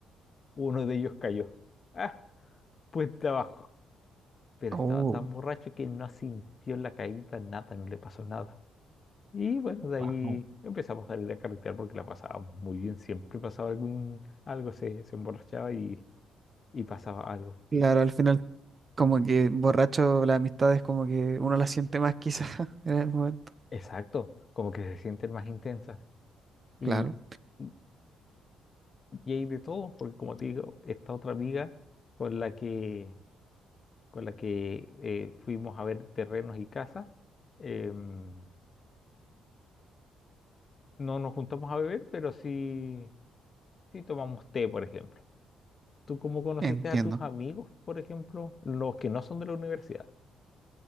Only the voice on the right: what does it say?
Oh,
wow.
Claro, al final Como que borracho, las amistades como que uno las siente más quizás <laughs> en el momento.
Claro,
entiendo.